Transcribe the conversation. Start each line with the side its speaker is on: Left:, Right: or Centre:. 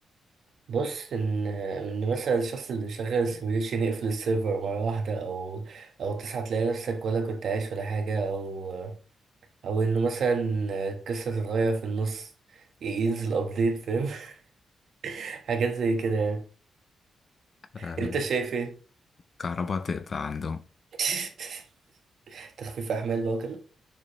Right: بص ان ان مثلا الشخص اللي شغال السيميوليشن يقفل السيرفر مره واحده او او تصحى تلاقي نفسك ولا كنت عايش ولا حاجه او او انه مثلا القصه تتغير في النص ينزل ابديت فاهم <laughs> حاجات زي كده يعني
Left: آه،
Right: انت شايف ايه
Left: كهرباء تقطع عندهم
Right: <laughs> تخفيف احمال بقى وكده